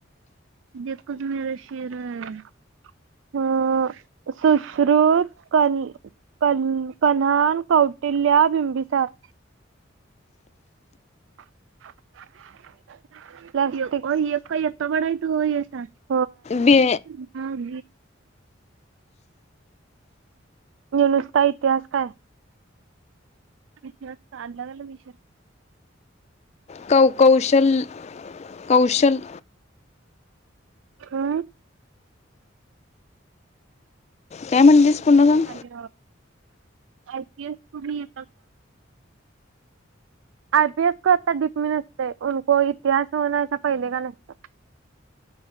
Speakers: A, on the right; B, on the left.
A: देू म शिर आहे अ सुश्रुत क कन्हान कौटिल्य बिंबिसार <inaudible>
B: बे
A: मग नुसता इतिहास काय इतिहास अलग अलग विषय
B: कौ कौशल कौशल
A: हा
B: काय म्हणलीस? पुन्हा सांग
A: आणि आयपीएस य आयपीएस को आता डिपमी नसतेको इतिहास हो पहिले का नसत